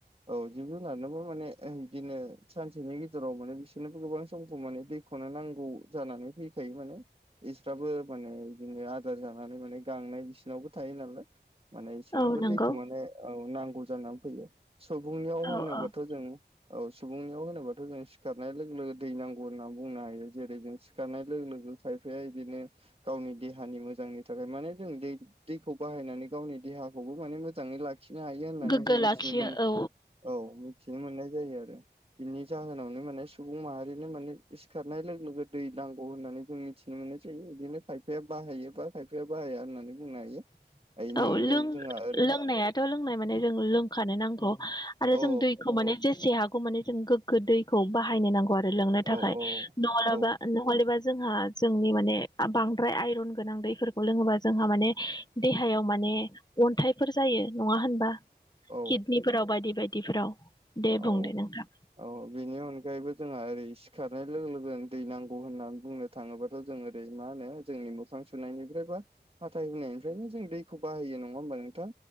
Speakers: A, on the right (about 30°); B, on the left (about 25°).
A: औ जिब-जुनारनोबो माने ओ बिदिनो सानसेनि गेजेराव माने बिसोरनोबो गोबां समखौ माने दैखौनो नांगौ जानानै फै जायो माने इसफ्राबो माने बिदिनो आदार जानानै माने गांनाय बिसिनावबो थायो नालाय माने बिसोरनोबो
B: औ नंगौ
A: दैखौ माने नांगौ जानानै फैयो सुबुंनियाव होनोबाथ'
B: औ औ
A: जों औ सुबुंनियाव होनोबाथ' जों सिखारनाय लोगो लोगो दै नांगौ होननानै बुंनो हायो जेरै जों सिखारनाय लोगो लोगो खायफाया बिदिनो गावनि देहानि मोजांनि थाखाय माने जों दै दैखौ बाहायनानै गावनि देहाखौबो माने मोजाङै लाखि खिनो हायो होननानै
B: गोग्गो
A: जों
B: लाखियो
A: मिथिनो मोनो
B: औ
A: औ मिथिनो मोननाय जायो आरो बिनि जाहोनावनो माने सुबुं माहारिनो माने सिखारनाय लोगो लोगो दै नांगौ होननानै जों मिथिनो मोननाय जायो बिदिनो पाइप खायफाया बाहायो बा खायफाया बाहाया होननानै बुंनो हायो
B: <inaudible> औ
A: बेनि
B: लों
A: अनगायैबो जोंहा ओरै
B: लोंनायाथ' लोंनाय माने जों लोंखानो नांगौ आरो
A: औ
B: जों दैखौ माने जेसे हागौ माने जों गोग्गो दैखौ बाहायनो नांगौ आरो लोंनो थाखाय
A: औ
B: नङाबा
A: औ
B: नहेबा जोंहा जोंनि माने बांद्राय आइरन गोनां दैफोरखौ लोङोबा जोंहा माने दै याव माने अन्थाइफोर जायो नङा होनबा
A: औ
B: किदनिफोराव बायदि बायदिफोराव दे बुंदो
A: औ
B: नोंथां
A: औ बेनि अनगायैबो जोंहा ओरै सिखारनाय लोगो लोगोनो दै नांगौ होननानै बुंनो थाङोबाथ' जों ओरै मा होनो जोंनि मोखां सुनायनिफ्राय बा हाथाय हुनायनिफ्रायनो जों दैखौ बाहायो नङा होमबा नोंथां